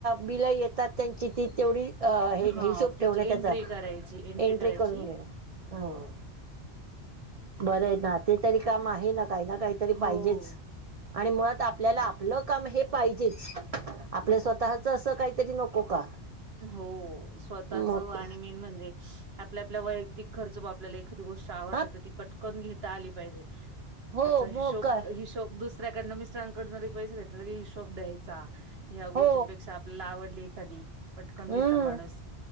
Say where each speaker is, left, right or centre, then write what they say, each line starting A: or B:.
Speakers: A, on the right; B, on the right.
A: बिलं येतात त्यांची ती तेवढी अ हे
B: हा.
A: हिशोब
B: त्याची
A: ठेवणे
B: एंट्री
A: त्याचा,
B: करायची,
A: एंट्री
B: करायची.
A: करून घेणे
B: हो.
A: हं. बरंय ना, ते तरी काम आहे ना. काही ना काहीतरी
B: हो.
A: पाहिजेच. आणि मुळात आपल्याला आपलं काम हे पाहिजेच. आपल स्वतःच असं काहीतरी नको का?
B: हो स्वतःच
A: मग
B: आणि मेन म्हणजे आपल्या आपल्या वैयक्तिक खर्च भागतो. आपल्याला एखादी गोष्ट आवडते
A: हा
B: तर, ती पटकन घेता आली पाहिजे.
A: हो
B: त्याचा हिशोब
A: मग काय
B: हिशोब दुस ऱ्याकडन, मिस्टरांकडन जरी पैसे घेतले तरी हिशोब द्यायचा. ह्या गोष्टीनंपेक्षा
A: हो
B: आपल्याला आवडली एखादी पटकन
A: हम्म
B: घेत माणूस.